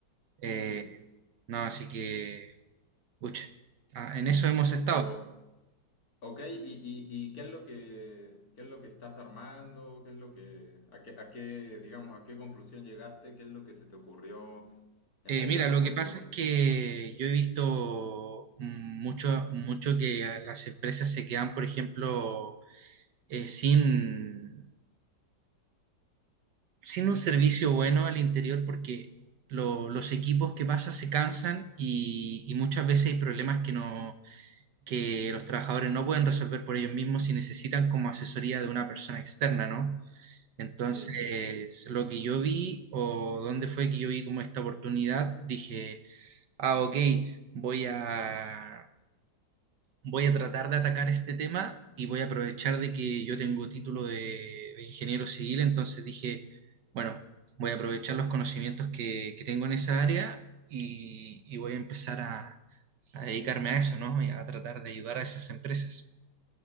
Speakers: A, on the right (about 70°); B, on the left (about 55°).
A: Eh,
B: Sí,
A: no, así que, pucha, ah, en eso hemos estado.
B: pero, ok, y, y, y qué es lo que, qué es lo que estás armando? ¿Qué es lo que, a qué, a qué, digamos, a qué conclusión llegaste? ¿Qué es lo que se te ocurrió empezar
A: Eh, mira, lo
B: como
A: que
B: negocio?
A: pasa es que yo he visto mucho, mucho que eh, las empresas se quedan, por ejemplo, eh, sin, sin un servicio bueno al interior porque lo- los equipos que pasan se cansan y, y muchas veces hay problemas que, no, que los trabajadores no pueden resolver por ellos mismos y necesitan como asesoría de una persona externa, ¿no? Entonces,
B: Sí, sí.
A: lo que yo vi o dónde fue que yo vi como esta oportunidad, dije... Ah, ok, voy a, voy a tratar de atacar este tema y voy a aprovechar de que yo tengo título de, de ingeniero civil, entonces dije, bueno, voy a aprovechar los conocimientos que, que tengo en esa área y, y voy a empezar a, a dedicarme a eso, ¿no? Y a tratar de ayudar a esas empresas.